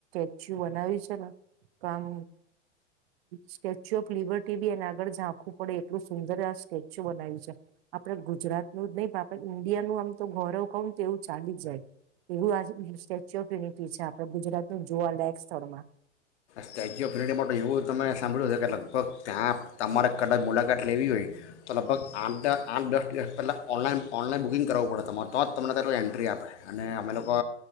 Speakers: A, on the right; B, on the left.
A: સ્ટચ્યુ બનાવ્યું છે ને તો આમ સ્ટેચ્યુ ઓફ લિબર્ટી બી એને આગળ ઝાંખું પડે એટલું સુંદર આ સ્ટેચ્યુ બનાવ્યું છે આપડે ગુજરાતનું જ નહીિ પણ આપે ઇન્ડિયા નું આમ તો ગૌરવ કહ તો એવું ચાલી જાય એવું આ સ્ટેચ્યુ ઓફ યુનિટી છે આપડે ગુજરાતનું જોુવાલાાયક સ્થળમાં
B: સ્ટેચ્યુ ઓફ યુનિટી માટે એવું તમે સાંભળ્યું છે કે લગભગ ત્યાં તમારે કદાચ મુલાકાત લેવી હોય તો લગભગ આઠ દ આઠ દસ દિવસ પહેલાં ઓનલાઈન ઓનલાઈન બુકિંગ કરાવવું પડે તમારે તો જ તમને તારું એન્ટ્રી આપે અને અમે લોકો